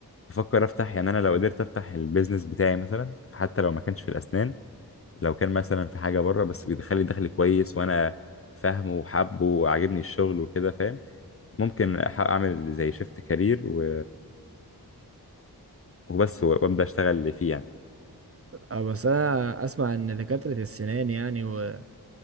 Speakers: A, on the left (about 35°); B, on the right (about 35°).
A: بفكر افتح يعني انا لو قدرت افتح البيزنس بتاعي مثلا حتى لو ما كانش في الاسنان لو كان مثلا في حاجه بره بس بيدخل لي دخل كويس وانا فاهمه وحابه وعاجبني الشغل وكده فاهم ممكن أح- اعمل زي شيفت كارير و... وبس و- وابدا اشتغل فيه يعني
B: اه بس انا اسمع ان دكاترة السنان يعني و-